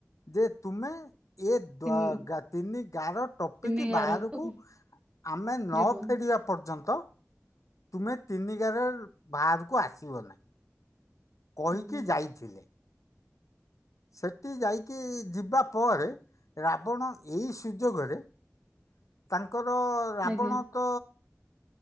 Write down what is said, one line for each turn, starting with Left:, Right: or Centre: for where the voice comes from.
Left: ଯେ ତୁମେ ଏ
Right: ତିନି
Left: ତିନି ଗାଁ ର ଟୋପିକି
Right: ତିନି ଗାରକୁ
Left: ବାହାରକୁ ଆମେ ନ
Right: ଯିବନି
Left: ଫେରିବା ପର୍ଯ୍ୟନ୍ତ ତୁମେ ତିନି ଗାର ବାହାରକୁ ଆସିବ ନାହି। କହିକି
Right: ଆଜ୍ଞା
Left: ଯାଇଥିଲେ। ସେଠି ଯାଇକି ଯିବା ପରେ ରାବଣ ଏଇ ସୁଯୋଗରେ ତାଙ୍କ ତାଙ୍କର ରାବଣ
Right: ଆଜ୍ଞା
Left: ତ